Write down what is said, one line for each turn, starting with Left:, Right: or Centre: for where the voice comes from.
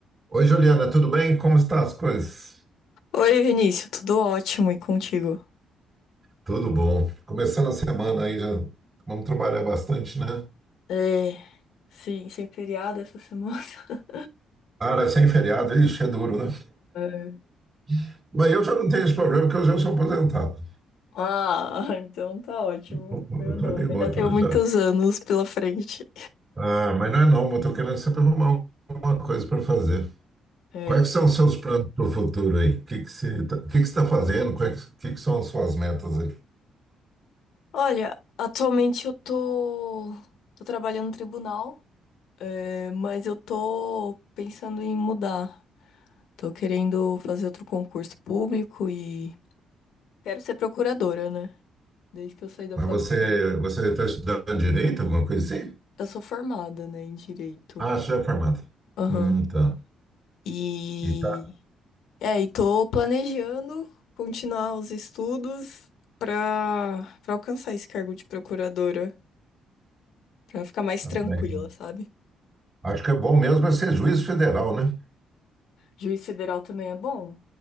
Right: Oi, Juliana, tudo bem? Como estão as coisas?
Left: Oi, Vinícius, tudo ótimo e contigo?
Right: Tudo bom. Começando a semana aí, já vamos trabalhar bastante, né?
Left: É, sim, sem feriado essa semana. <laughs>
Right: Cara, sem feriado, ixi, é duro, né?
Left: É.
Right: <laughs> Mas eu já não tenho esse problema, porque eu já sou aposentado.
Left: Ah, então tá ótimo.
Right: Eu
Left: Eu não,
Right: tô em
Left: ainda
Right: outra
Left: Tenho muitos
Right: já.
Left: anos pela frente.
Right: Ah, mas não é não, mas eu tô querendo sempre arrumar alguma coisa para fazer.
Left: É.
Right: Quais que são os seus planos para o futuro aí? O que que você tá, o que que você tá fazendo? Quais, o que que são as suas metas aí?
Left: Olha, atualmente eu tô, tô trabalhando no tribunal, é, mas eu tô pensando em mudar. Tô querendo fazer outro concurso público e quero ser procuradora, né? Desde que eu saí da
Right: Mas
Left: faculdade.
Right: você, você está estudando direito, alguma coisa assim?
Left: Eu sou formada, né, em direito.
Right: Ah, você já é formada.
Left: Aham.
Right: Hum, tá.
Left: E
Right: E tá.
Left: é, e tô planejando continuar os estudos pra para alcançar esse cargo de procuradora, pra ficar mais
Right: Tá
Left: tranquila,
Right: bem. né?
Left: sabe?
Right: Acho que é bom mesmo é ser juiz federal, né?
Left: Juiz federal também é bom.